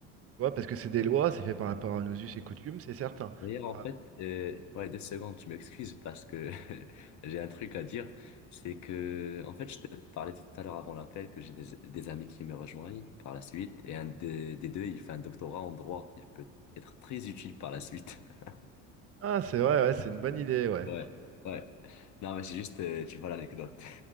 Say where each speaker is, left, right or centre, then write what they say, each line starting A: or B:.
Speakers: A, on the right (about 40°); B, on the left (about 50°).
A: Tu vois, parce que c'est des lois, c'est fait par rapport à nos us et coutumes, c'est certain.
B: D'ailleurs,
A: Par-
B: en fait, euh, ouais, deux secondes, tu m'excuses parce que <laughs> j'ai un truc à dire. C'est que, en fait, je te parlais tout à l'heure avant l'appel que j'ai des, des amis qui me rejoignent par la suite. Et un des, des deux, il fait un doctorat en droit. Il peut être très utile par la suite. <laughs>
A: Ah, c'est vrai, ouais, c'est une bonne idée, ouais.
B: Ouais, ouais. Non, mais c'est juste, euh, tu vois l'anecdote.